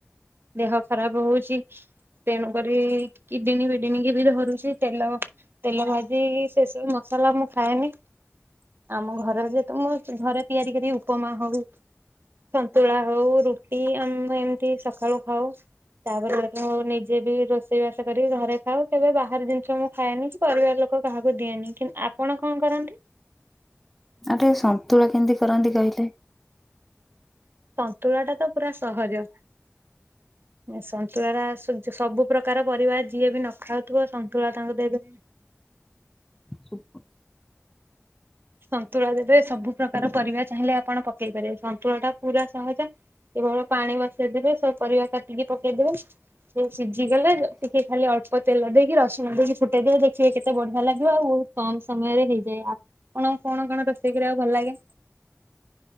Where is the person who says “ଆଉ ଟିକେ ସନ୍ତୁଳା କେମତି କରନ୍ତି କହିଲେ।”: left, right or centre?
Centre